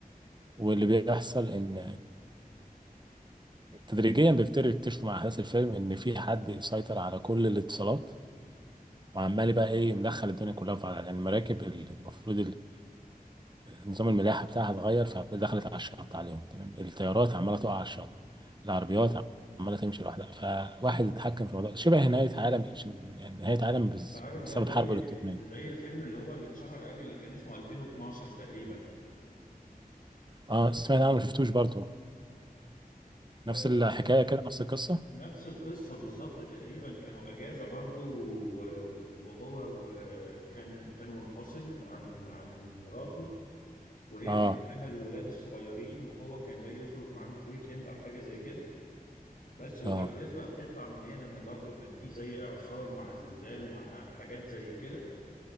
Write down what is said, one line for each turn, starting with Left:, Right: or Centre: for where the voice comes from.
Right: واللي بيحصل إن تدريجيا بيبتدوا يكتشفوا مع احداث الفيلم ان في حد سيطر على كل الاتصالات وعمال بقى ايه مدخل الدنيا كلها في بعضها يعني المراكب المفروض ال- نظام الملاحه بتاعها اتغير فدخلت على الشط عليهم تمام الطيارات عماله تقع على الشط العربيات عماله تمشي لوحدها فواحد اتحكم في الموضوع شبه نهايه عالم يعني نهايه عالم بز-
Left: انت عارف
Right: بسبب
Left: ده زي
Right: حرب الالكترونيه
Left: زي الفيلم اللي هو اللي اتشهر قوي اللي كان اسمه 2012 تقريبا
Right: اه سمعت عنه ما شفتوش برضه
Left: آه،
Right: نفس الحكايه كده نفس القصه
Left: نفس القصة بالظبط تقريبا كانوا أجازة برضو و- وهو وكان كانوا منفصل عن عن مراته وهي
Right: اه
Left: كان معاها الولاد الصغيرين وهو كان جاي يخرج معاهم في ويك اند أو حاجة زي كده بس والأحداث
Right: اه
Left: بقى بتطلع من هنا إن برضو كان في زي إعصار مع زلزال مع حاجات زي كده